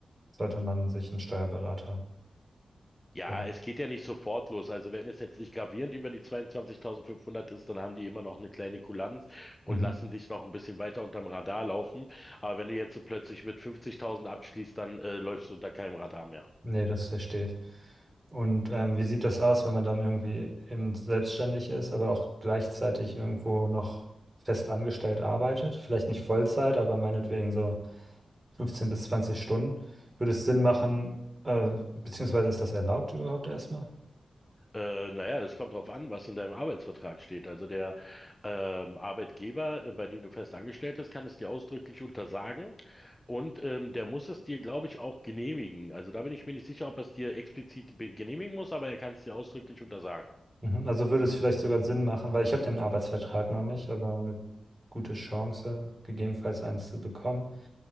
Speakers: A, on the right (about 25°); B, on the left (about 20°).
A: sollte man sich einen Steuerberater
B: Ja,
A: holen.
B: es geht ja nicht sofort los. Also wenn es jetzt nicht gravierend über die 22.500 ist, dann haben die immer noch eine kleine Kulanz und
A: Mhm.
B: lassen dich noch ein bisschen weiter unterm Radar laufen. Aber wenn du jetzt so plötzlich mit 50.000 abschließt, dann äh, läufst du unter keinem Radar mehr.
A: Nee, das verstehe ich. Und ähm, wie sieht das aus, wenn man dann irgendwie eben selbstständig ist, aber auch gleichzeitig irgendwo noch fest angestellt arbeitet? Vielleicht nicht Vollzeit, aber meinetwegen so 15 bis 20 Stunden. Würde es Sinn machen, äh, beziehungsweise ist das erlaubt überhaupt erstmal?
B: Äh, naja, es kommt drauf an, was in deinem Arbeitsvertrag steht. Also der ähm, Arbeitgeber, äh, bei dem du fest angestellt bist, kann es dir ausdrücklich untersagen und ähm, der muss es dir, glaube ich, auch genehmigen. Also da bin ich mir nicht sicher, ob er es dir explizit be- genehmigen muss, aber er kann es dir ausdrücklich untersagen.
A: Mhm. Also würde es vielleicht sogar Sinn machen, weil ich habe den Arbeitsvertrag noch nicht, aber eine gute Chance, gegebenenfalls eins zu bekommen.